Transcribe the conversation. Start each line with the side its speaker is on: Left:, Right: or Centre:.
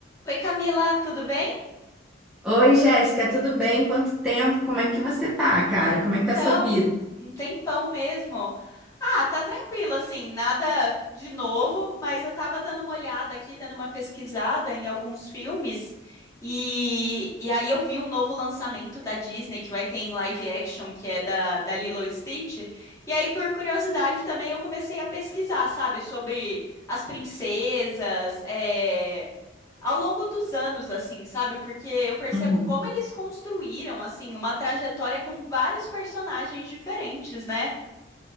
Left: Oi, Camila, tudo bem?
Centre: Oi, Jéssica, tudo bem? Quanto tempo? Como é que você tá, cara? Como
Left: Então,
Centre: é que tá a sua vida?
Left: um tempão mesmo. Ah, tá tranquilo, assim, nada de novo, mas eu tava dando uma olhada aqui, dando uma pesquisada em alguns filmes, e, e aí eu vi um novo lançamento da Disney que vai ter em live action, que é da, da Lilo e Stitch. E aí, por curiosidade também, eu comecei a pesquisar, sabe, sobre as princesas, é, ao longo dos anos, assim, sabe? Porque eu percebo
Centre: Uhum.
Left: como eles construíram, assim, uma trajetória com vários personagens diferentes, né?